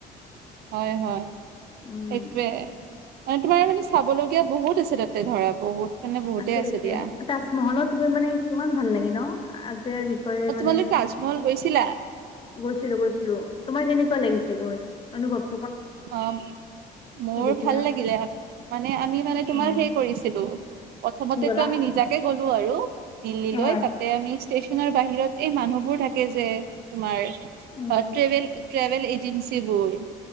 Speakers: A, on the right; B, on the left.
A: হয় হয়
B: উম
A: সেইটোৱে মানে তোমাৰ মানে চাবলগীয়া বহুত আছে তাতে ধৰা বহুত মানে বহুতে
B: আছে আছে,
A: দিয়া।
B: তাজমহলত গৈ মানে কিমান ভাল লাগে ন। আগ ইয়াৰ বিষয়ে
A: অ
B: মানে
A: তোমালোক তাজমহল গৈছিলা
B: গৈছিলো, গৈছিলো। তোমাৰ কেনেকুৱা লাগিছে গৈ অনুভৱ?
A: অ মোৰ
B: দেখিলা
A: ভাল লাগিলে মানে আমি মানে তোমাৰ
B: উম
A: হেই কৰিছিলো প্ৰথমতেতো
B: কি ক'লা
A: আমি নিজাকে গ'লো আৰু দিল্লীলৈ
B: হয়
A: তাতে আমি ষ্টেশচনৰ বাহিৰত এই মানুহবোৰ থাকে যে তোমাৰ
B: উম
A: অ ট্ৰেভেল ট্ৰেভেল এজেন্ঞ্চি বল